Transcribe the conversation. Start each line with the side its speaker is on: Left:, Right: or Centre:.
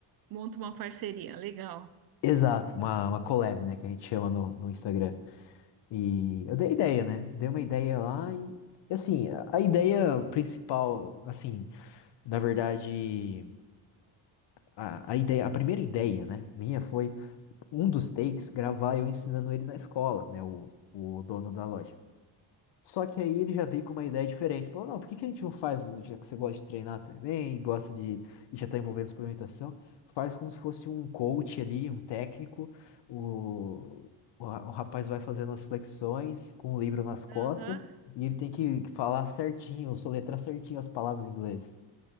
Right: Monta uma parceria. Legal.
Left: Exato, uma, uma collab, né, que a gente chama no, no Instagram. E eu dei ideia, né? Dei uma ideia lá e, e assim, a a ideia principal, assim, na verdade, a, a ideia, a primeira ideia, né, minha foi um dos takes, gravar eu ensinando ele na escola, né? O, o dono da loja. Só que aí ele já veio com uma ideia diferente. Falou, não, por que que a gente não faz, já que você gosta de treinar também, gosta de, e já está envolvendo suplementação, faz como se fosse um coach ali, um técnico, o, o, ra- o rapaz vai fazendo as flexões com o livro nas costas,
Right: Aham.
Left: e ele tem que falar certinho, soletrar certinho as palavras em inglês.